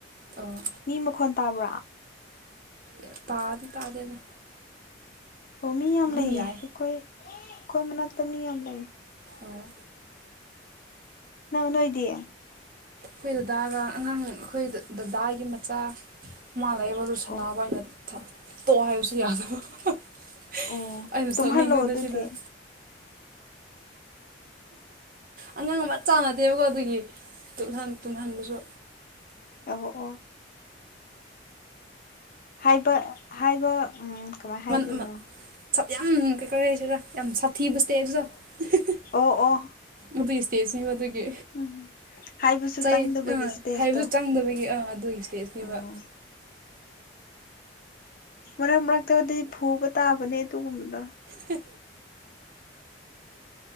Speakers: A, on the right; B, on the left.
A: ꯑꯣ
B: ꯃꯤ ꯃꯈꯣꯟ ꯇꯥꯕ꯭ꯔꯥ
A: ꯌ ꯇꯥꯗꯤ ꯇꯥꯗꯦꯗ
B: ꯑꯣ ꯃꯤ ꯌꯥꯝ
A: ꯑꯗꯨꯝ
B: ꯂꯩꯌꯦ
A: ꯌꯥꯏ
B: ꯑꯩꯈꯣꯏ ꯈꯣꯏ ꯃꯅꯥꯛꯇ ꯃꯤ ꯌꯥꯝ ꯂꯩ
A: ꯑꯣꯏꯌꯦ
B: ꯅꯪ ꯅꯣꯏꯗꯤ
A: ꯈꯣꯏ ꯗꯗꯥꯒ ꯑꯉꯥꯡ ꯑꯈꯣꯏ ꯗ ꯗꯗꯥꯒꯤ ꯃꯆꯥ ꯃꯥ ꯂꯩꯌꯦꯕ ꯑꯗꯨ
B: ꯑꯣ
A: ꯁꯅꯥꯕ ꯍꯥꯏꯅ ꯊ ꯇꯣꯛꯑꯣ ꯍꯥꯏꯕꯁꯨ ꯌꯥꯗꯕ ꯍ ꯍꯤ
B: ꯑꯣ
A: ꯑꯩꯅ
B: ꯇꯨꯝꯍꯜꯂꯣ
A: ꯁꯥꯎꯅꯤꯡꯕꯗꯨꯁꯤꯗ
B: ꯑꯗꯨꯗꯤ
A: ꯑꯉꯥꯡ ꯃꯆꯥ ꯉꯥꯇꯌꯦꯕꯀꯣ ꯑꯗꯨꯒꯤ ꯇꯨꯠꯍꯟ ꯇꯨꯝꯍꯟꯕꯁꯨ
B: ꯑꯕꯣ ꯑꯣ ꯍꯥꯏꯕ ꯍꯥꯏꯕ ꯎꯝ ꯀꯃꯥꯏ ꯍꯥꯏꯗꯣꯏꯅꯣ
A: ꯄꯟ ꯑꯃ ꯁꯥꯠ ꯌꯥꯝ ꯀꯩ ꯀꯧꯔꯦꯖꯤꯔꯥ ꯌꯥꯝ ꯁꯥꯊꯤꯕ ꯁ꯭ꯇꯦꯖ ꯗꯣ ꯍꯤ ꯍ
B: ꯑꯣ ꯑꯣ
A: ꯑꯗꯨꯒꯤ ꯁ꯭ꯇꯦꯖꯅꯤꯕ ꯑꯗꯨꯒꯤ
B: ꯎꯝ ꯍꯥꯏꯕꯁꯨ
A: ꯆꯩ
B: ꯆꯪꯗꯕꯒꯤ
A: ꯑꯥ
B: ꯏꯁꯇꯦꯖꯇꯣ
A: ꯍꯥꯏꯕ ꯆꯪꯗꯕꯒꯤ ꯑꯥ ꯑꯗꯨꯏ ꯁ꯭ꯇꯦꯖꯅꯤꯕ꯫
B: ꯑꯥ ꯃꯔꯛ ꯃꯔꯛꯇꯗꯤ ꯐꯨꯕ ꯇꯥꯕꯅꯦ ꯑꯗꯨꯒꯨꯝꯕꯗꯣ꯫
A: ꯍ